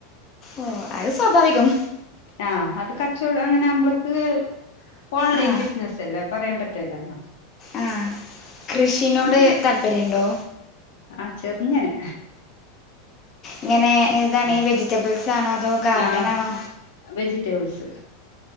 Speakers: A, on the left (about 30°); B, on the left (about 75°).
A: ഓ അത് സ്വാഭാവികം
B: ആഹ അത് കച്ചവടം അങ്ങനെ നമ്മക്ക് ഓൺലൈൻ
A: ആ
B: ബിസിനസ് ല്ല പറയാൻ പറ്റല്ലല്ലോ
A: ആ കൃഷിനോട് താല്പര്യംണ്ടോ
B: ആഹ ചെറുങ്ങനെ
A: ഇങ്ങനെ ഇഏതാണ് ഈ വെജിറ്റബിൾസ്ണോ അതോ ഗാർഡൻ
B: ആഹ
A: ആണോ
B: വെജിറ്റബിൾസ്